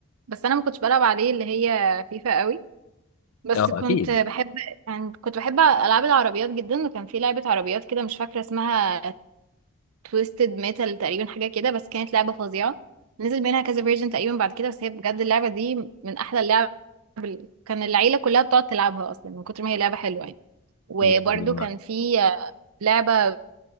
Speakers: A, on the right; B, on the left.
A: بس انا ما كنتش بلعب عليه اللي هي فيفا قوي بس
B: أه
A: كنت
B: أكيد
A: بحب يعني كنت بحب العاب العربيات جدا وكان في لعبة عربيات كده مش فاكرة اسمها تويستد ميتال تقريبا حاجة كده بس كانت لعبة فظيعة نزل منها كذا فيرجن تقريبا بعد كده بس هي بجد اللعبة دي من احلى اللعب كان العيلة كلها بتقعد تلعبها اصلا من كتر ما هي لعبة حلوة يعني وبرضو
B: جامد والله
A: كان في لعبة